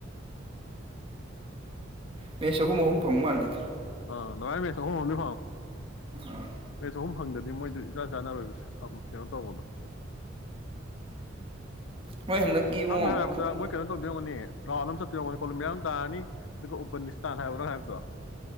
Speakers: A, on the right; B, on the left.
A: ꯃꯤꯁ ꯑꯍꯨꯝ ꯑꯍꯨꯝ ꯐꯪ ꯃꯥꯜꯜꯂꯤꯗꯤ
B: ꯑ ꯂꯔꯥꯏꯃꯤꯁ ꯎꯅꯤ
A: ꯎꯝ
B: ꯃꯦ ꯆꯍꯨꯝ ꯐꯪꯗꯗꯤ ꯃꯣꯏꯗꯨ ꯏꯆꯥ ꯆꯥꯟꯅꯔꯣꯏꯕ ꯀꯩꯅꯣ ꯇꯧꯕꯗꯣ
A: ꯃꯣꯏ ꯍꯟꯗꯛꯀꯤ
B: ꯑꯣ
A: ꯏꯕꯨꯡꯉꯣ
B: ꯁꯝꯅ ꯍꯥꯏꯔꯕꯗ
A: ꯈꯨꯛ
B: ꯃꯣꯏ ꯀꯩꯅꯣ ꯇꯧꯗꯔꯝꯒꯅꯤ ꯔꯥꯎꯜ ꯑꯃꯝ ꯆꯠꯇꯔꯣꯅꯤ ꯀꯣꯂꯨꯝ ꯃꯌꯥꯝ ꯇꯥꯔꯅꯤ ꯑꯗꯨꯒ ꯎꯕꯟ ꯅꯤꯁꯇꯥꯟ ꯍꯥꯏꯕ꯭ꯔꯥ ꯍꯥꯏꯕꯗꯣ